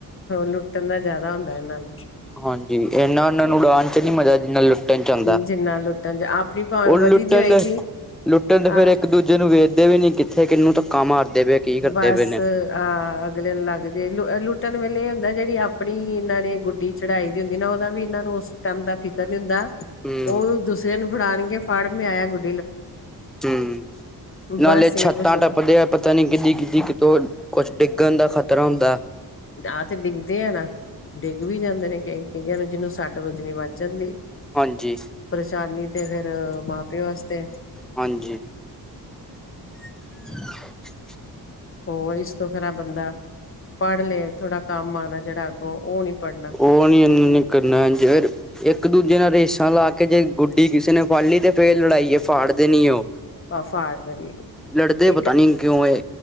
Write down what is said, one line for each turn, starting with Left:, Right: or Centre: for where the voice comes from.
Left: ਲੁੱਟਣ ਦਾ ਜਿਆਦਾ ਹੁੰਦਾ ਇਹਨਾਂ ਨੂੰ
Centre: ਹਾਂਜੀ ਇਹਨਾ ਉਹਨਾਂ ਨੂੰ ਡਾਂਨ ਚ ਨੀ ਮਜ਼ਾ ਜਿਨਾ ਲੁ ਲੁੱਟਣ ਚ ਆਦਾ,
Left: ਜਿੰਨਾ ਲੁੱਟਣ ਚ ਆਪਣੀ ਭਾਵੇਂ
Centre: ਉਹ ਲੁੱਟਣ
Left: ਵਧੀ ਦੀ ਹੋਏਗੀ
Centre: ਲੁੱਟਣ ਤੇ
Left: ਆ
Centre: ਫੇਰ ਇੱਕ ਦੂਜੇ ਨੂੰ ਵੇਖਦੇ ਵੀ ਨੀ ਕਿੱਥੇ ਕਿਹਨੂੰ ਧੱਕਾ ਮਾਰਦੇ ਪਏ। ਕੀ ਕਰਦੇ
Left: ਬਸ
Centre: ਪਏ ਨੇ।
Left: ਆ ਅਗਲੇ ਨੂੰ ਲੱਗ ਜੇ ਲੁੱਟਣ ਵੇਲੇ ਇਹ ਹੁੰਦਾ ਜਿਹੜੀ ਆਪਣੀ ਇਨਾਂ ਨੇ ਗੁੱਡੀ ਚੜਾਈ ਦੀ ਹੁੰਦੀ ਨਾ ਉਹਦਾ ਵੀ ਇਨਾਂ ਨੂੰ ਉਸ ਟੈਮ ਦਾ ਫਿਕਰ ਨੀ ਹੁੰਦਾ
Centre: ਹੂੰ
Left: ਉਹ ਦ ਸਰੇ ਨੂੰ ਫੜਾਨਗੇ ਫੜ ਮੈ ਆਇਆ ਗ
Centre: ਹੂੰ,
Left: ਬਸ
Centre: ਨਾਲੇ
Left: ਇਹ
Centre: ਛੱਤਾਂ
Left: ਕੁਛ
Centre: ਟੱਪਦੇ ਆ ਪਤਾ ਨੀ ਕਿੱਡੀ ਕਿੱਡੀ ਕਿਤੋਂ ਕੁਛ ਡਿੱਗਣ ਦਾ ਖ਼ਤਰਾ ਹੁੰਦਾ।
Left: ਆ ਤੇ ਡਿੱਗਦੇ ਆ ਨਾ ਡਿੱਗ ਵੀ ਜਾਂਦੇ ਨੇ ਕਈ ਕਈ ਆਂ ਜਿਹਨੂੰ ਸੱਟ ਵੱਜਣੀ ਵੱਜ ਜਾਂਦੀ ਆ।
Centre: ਹਾਂਜੀ
Left: ਪਰੇਸ਼ਾਨੀ ਤੇ ਫੇਰ ਮਾਂ ਪਿਓ ਵਾਸਤੇ‌ ਐ
Centre: ਹਾਂਜੀ <inaudible>
Left: ਹੋਰ ਇਸ ਤੋਂ ਖਰਾ ਬੰਦਾ ਪੜ੍ਹ ਲੈ ਥੋੜਾ ਕੰਮ ਆਂਣਾ ਜਿਹੜਾ ਅੱਗੋਂ ਉਹ ਨੀ ਪੜ੍ਹਨਾ।
Centre: ਉਹ ਨੀ ਇਨਾਂ ਨੇ ਕਰਨਾ <unintelligible> ਇੱਕ ਦੂਜੇ ਨਾਲ ਰੇਸਾਂ ਲਾ ਕੇ ਜੇ ਗੁੱਡੀ ਕਿਸੇ ਨੇ ਫੜੀ ਲੀ ਤੇ ਫੇਰ ਲੜਾਈ ਏ ਫਾੜ ਦੇਣੀ ਐ ਉਹ
Left: ਆ ਫਾੜ ਦੇਣੀ
Centre: ਲੜਦੇ
Left: ਇੱਕ
Centre: ਪਤਾ ਨੀ ਕਿਉਂ ਐ?